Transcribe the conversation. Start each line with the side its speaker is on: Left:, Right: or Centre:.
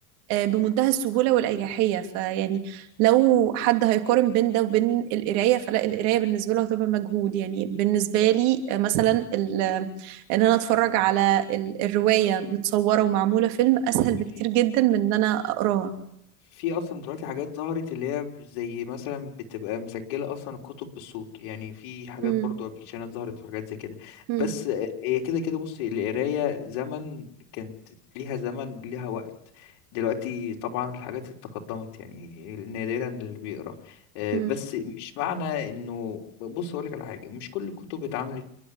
Right: آه، بمنتهى السهولة والأريحية فيعني لو حد هيقارن بين ده وبين القراية فلا القراية بالنسبة له هتبقى مجهود يعني بالنسبة لي آه، مثلا ال- آه، إن أنا أتفرج
Left: مم،
Right: على ال- الرواية متصورة ومعمولة فيلم أسهل بكتير
Left: أكيد
Right: جدا من إن أنا أقراها
Left: في اصلا دلوقتي حاجات ظهرت اللي هي زي مثلا بتبقى مسجله اصلا الكتب بالصوت يعني في حاجات
Right: مم.
Left: برضو ابلكيشنات ظهرت وحاجات زي كده
Right: مم.
Left: بس هي كده كده بص القرايه زمن كانت ليها زمن ليها وقت دلوقتي طبعا الحاجات اتقدمت يعني نادرا اللي بيقرا آه،
Right: مم.
Left: بس مش معنى انه بص هقول لك على حاجه مش كل الكتب اتعملت